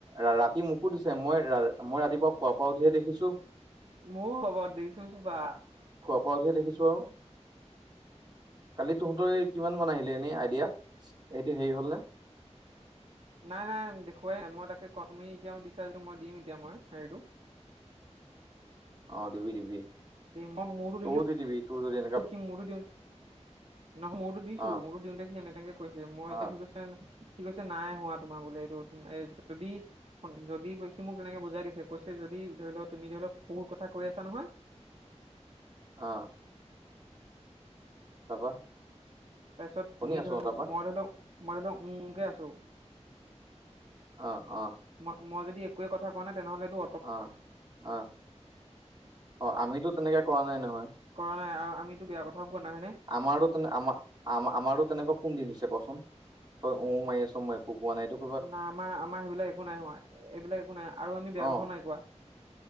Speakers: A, on the right; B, on the right.
A: ৰাতি মোকো দিছে মই মই ৰাতিপুৱা খোৱা পৰা উঠিহে দেখিছো।
B: মোৰ <unintelligible> খবৰ দেখিছোন চোপা।
A: ঘৰতহে দেখিছোঁ আৰু কালি তহঁতৰ কিমান মান আহিলে এনেই আইডিয়া? এইটো হেৰি হল নে?
B: নাই নাই দেখুৱাই মই তাকে কটমি এতিয়াও দিছা যটো মই দিম এতিয়া মই হেৰিটো।
A: অঁ, দিবি দিবি।
B: মই মোৰটো
A: তইও
B: দিলোঁ।
A: দি দিবি তোৰ যদি এন
B: তখি মোৰটো দিওঁ। নহয় মোৰতো দিছো
A: অ'
B: মোৰতো দিওঁতে সি এনেকাকে কৈছে মই এতিয়া
A: অ'
B: সি কৈছে কি কৈছে নাই হোৱা তোমাৰ বোলে এইটো তুম যদি। যদি সি মোক তেনেকে বুজাই দিছে কৈছে যদি ধৰি লও তুমি ধৰি লওক বহুত কথা কৈ আছা নহয়
A: অ। তাৰপা?
B: তাৰ পিছত
A: শুনি
B: তুমি
A: আছো
B: ধৰি
A: অ'
B: লওক
A: তাৰপা
B: মই ধৰি লওক মই ধৰি লওক উও উওকে আছো।
A: অ অ।
B: ম মই যদি একোৱে কথা কোৱা নাই তেনেহলেটো
A: অ অ অ আমিতো তেনেকে কৰা নাই নহয়।
B: কৰা নাই আৰু আমিতো বেয়া কথাও কোৱা নাই হয়নে?
A: আমাৰো তেনে আম আমাৰো তেনেকুৱা কোন দিন হৈছে কচোন? তই উ মাৰি আছ মই কোৱা নাই তোক।
B: নাই আমাৰ আমাৰ সেইবিলাক একো নাই হোৱা, এইবিলাক একো নাই আৰু আমি বেয়া
A: অ'
B: কথাও নাই কোৱা।